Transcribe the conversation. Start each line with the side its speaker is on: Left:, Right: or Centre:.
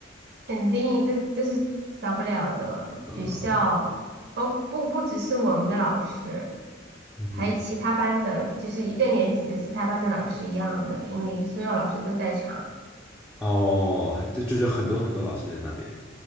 Right: 肯定这这是少不了的。
Centre: 嗯
Right: 学校包括不不只是我们的老师，
Centre: 嗯
Right: 还有其他班的，就是一个年级的其他班的老师一样的，因为所有老师都在场。
Centre: 哼，哦，还对，就是很多很多老师在那边。